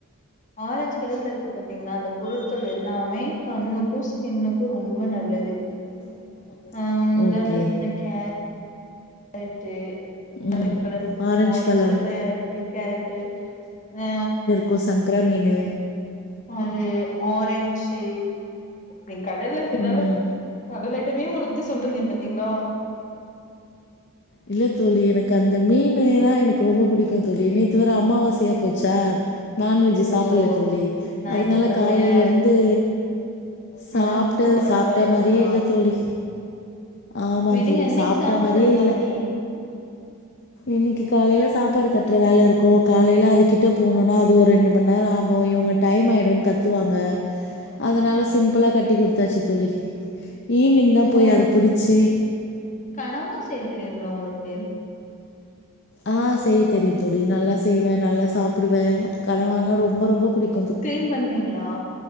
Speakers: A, on the left (about 35°); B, on the left (about 50°).
A: ஆரஞ்ச் கலர்ல இருக்கு பாத்தீங்கள்ளா அந்த பொருட்கள் எல்லாமே கண்ணுக்கு ஸ்கின்னுக்கு ரொம்ப நல்லது
B: <inaudible>
A: ஆ உதாரணத்துக்கு
B: ஓகே.
A: இந்த கேரட்டு இந்த
B: ம்.
A: மாரி கலர் இருக்கு பாத்தீங்கா
B: ஆரஞ்சு
A: ஆரஞ்ச்
B: பழம்.
A: கலர் கேரட்டு கேரட்டு ஆ
B: கோ சங்க்ரா மீனு
A: அது ஆரஞ்சு வெங் கடல்ல இருக்கதால
B: ம்.
A: கடல் ஐட்டமே ஒங்களுக்கு சொல்றீங்க பாத்தீங்களா
B: இல்ல தோழி எனக்கு அந்த மீனு னா எனக்கு ரொம்ப புடிக்கு தோழி நேத்து வேர அம்மாவாசையா போச்சா நான்வெஜ்ஜு
A: ஓ
B: சாப்பல்ல
A: ஓ
B: தோழி
A: ஞாயிற்றுக்கிழமையா
B: அதுனால காலேல இருந்து சாப்ட்டு
A: மனம் குமரலாவா
B: சாப்ட்டா
A: இருக்காங்களா
B: மாரியே இல்ல தோழி ஆமா
A: விடுங்க
B: தோழி
A: இன்னைக்கு
B: சாப்ட்டா
A: சாப்ட்டு
B: மாரியே
A: இருந்திருக்கலாமே
B: இல்ல இன்னைக்கு காலேல சாப்பாடு கட்ற வேல இருக்கு காலேல அதுக்கிட்ட போணுனா அது ஒரு ரெண்டு மண் நேரோ ஆகு கு இவுங்க டைம் ஆய்டுன் கத்துவாங்க அதுனால சிம்பிளா கட்டி குடுத்தாச்சு தோழி ஈவினிங் தா
A: உங்களுக்கு
B: போய் அத புடுச்சு
A: கனவா செய்ய தெரியுங்ளா ஒங்களுக்கு
B: ஆ செய்ய தெரியு தோழி நல்லா செய்வே நல்லா சாப்டுவே கனவானா ரொம்ப ரொம்ப புடிக்
A: கிளீன் பண்ணுவீங்களா